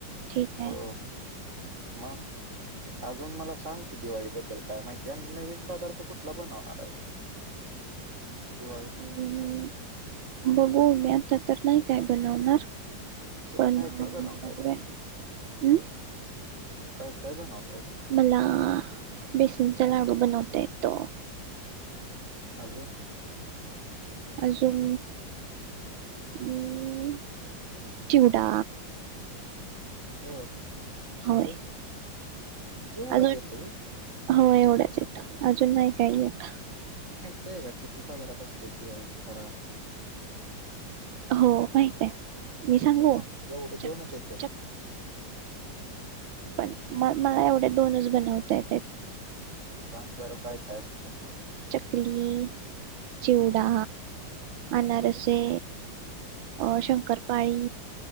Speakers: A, on the right; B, on the right.
A: ठीक आहे.
B: हो मग अजून मला सांग की दिवाळीबद्दल काय माहिती आणि नवीन पदार्थ कुठला बनवणार आहेत दिवाळीत
A: हम्म बघू मी आत्ता तर नाही काय बनवणार
B: तुला
A: पण
B: काय काय बनवतायत
A: बघूया हं
B: काय काय बनवता ये
A: मला बेस नच लाडू बनवता येतो.
B: अजून
A: अजून नं चिवडा
B: होय.
A: होय
B: अजून एवढंच
A: अजून
B: येतं होय?
A: हो एवढंच येतं. अजून नाही काही येत.
B: तेय का किती पदरात असतेत दिवाळीच्या फराळामधी?
A: हो माहित आहे. मी सांगू
B: मग एवढे दोनच
A: चक
B: येते
A: चक पण म मला एवढे दोनच बनवता येत्यात.
B: सांग बरं काय, काय असतय?
A: कली चिवडा अनारसे अ शंकरपाळी
B: हा